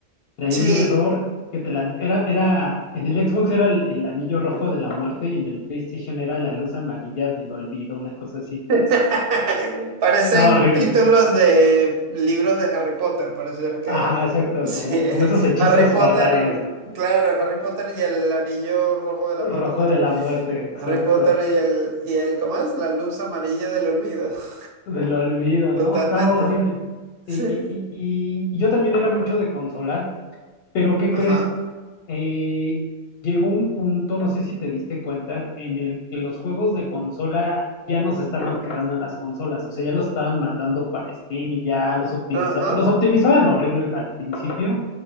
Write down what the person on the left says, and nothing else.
Traía
un error que te lan- era, era, en el Xbox era el, el anillo rojo de la muerte y en el PlayStation era la luz amarilla del olvido, una cosa así.
Estaba horrible.
Ajá, exacto,
como,
como esos hechizos
mortales, ¿no?
Rojo
de la muerte, exacto.
Del olvido,
¿no? Estaba horrible.
Y, y, y, y y yo también era mucho de consola, pero ¿qué
crees? eh, llegó un punto, no sé si te diste cuenta, en el que los juegos de consola ya no se estaban quedando en las consolas, o sea, ya los estaban mandando para Steam y ya los optimizaban,
los optimizaban horrible al principio,